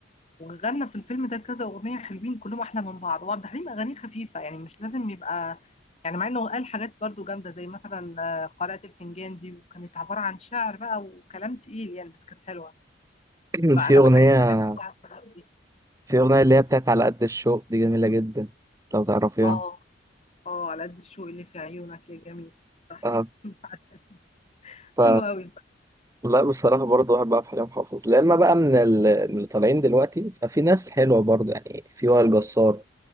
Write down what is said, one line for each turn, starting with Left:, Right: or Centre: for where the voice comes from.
Left: وغنى في الفيلم ده كذا اغنيه حلوين كلهم احلى من بعض وعبد الحليم اغانيه خفيفه يعني مش لازم يبقى يعني مع انه قال حاجات برضو جامده زي مثلا آه، قارئة الفنجان دي وكانت عباره عن شعر بقى وكلام تقيل يعني بس كانت حلوه
Right: <clears throat>
Left: فانا
Right: في أغنية
Left: بحب الحاجات بتاعت الوقت دي
Right: في أغنية اللي هي بتاعت على قد الشوق دي جميلة جدا لو تعرفيها
Left: اه اه على قد الشوق اللي في عيونك يا جميل صح
Right: أه
Left: <laughs> عارفة.
Right: ف
Left: حلو قوي بصراحه
Right: لا بصراحة برضه بحب عبد الحليم حافظ لا إما بقى من ال- من اللي طالعين دلوقتي ففي ناس حلوة برضه يعني في وائل جسار